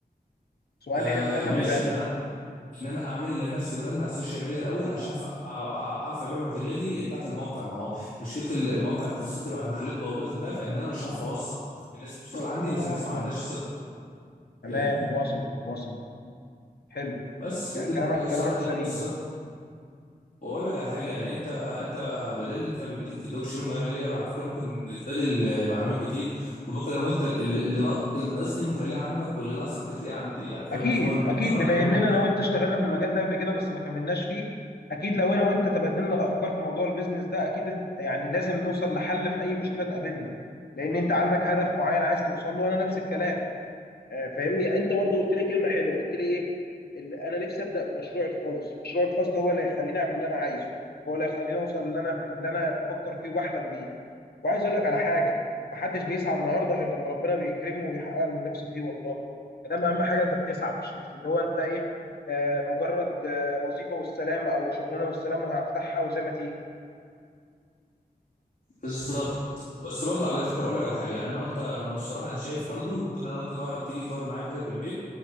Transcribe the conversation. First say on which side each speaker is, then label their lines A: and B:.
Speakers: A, on the left; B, on the left.
A: سؤال
B: آه
A: حلو ده خلي
B: ماشي
A: بالك
B: ان انا ان انا اعمل لنفسي براند على السوشيال ميديا الاول عشان أعرف- اعرف ابيع منتجاتي بتاعت الموقع ما هو مشكله ال- الموقع قصتي بعد محلات بوابات الدفع ان انا مش عارف اوثق الناس بتدخل عندي
A: اه
B: بس الناس ما عندهاش ثقه فاهمني
A: تمام وصل وصل حلو
B: بس دي
A: كلامك
B: الصراحه
A: كلامك
B: دي
A: سليم
B: القصه واقول لك على حاجه يعني انت انت بدل انت ليك في الدروب الشمال وانا ليا على فكره ممكن نتبادل آه، معلومات كتير وممكن انا وانت اللي اللي ناقص- اللي ناقصني ممكن الاقيه عندك واللي ناقصك تلاقيه عندي يعني فاهم
A: اكيد
B: انت ممكن
A: اكيد
B: ممكن انا
A: بما
B: وانت نعمل
A: اننا انا وانت اشتغلنا في المجال ده قبل كده بس ما كملناش فيه اكيد لو انا وانت تبادلنا الافكار في موضوع البيزنس ده اكيد يعني لازم نوصل لحل في اي مشكله تقابلنا لان انت عندك هدف معين عايز توصل له وانا نفس الكلام آه، فاهمني انت برضو قلت لي كلمه حلوه قلت لي ايه ال- انا نفسي ابدا مشروع الخاص المشروع الخاص ده هو اللي هيخليني اعمل اللي انا عايزه هو اللي هيخليني اوصل اللي انا اللي انا بفكر فيه وبحلم بيه وعايز اقول لك على حاجه محدش بيسعى النهارده غير لما ربنا بيكرمه ويحقق له نفسه فيه والله فده اهم حاجه انت بتسعى مش مش اللي هو انت ايه آه مجرد آه وظيفه والسلام او شغلانه والسلام وهفتحها وزي ما تيجي
B: بالظبط بس برضه على فكره اقول لك على حاجه يعني انا وانت انا الصراحه انا شايف برضه ممكن انا وانت نقعد تيجي تقعد معايا كده في البيت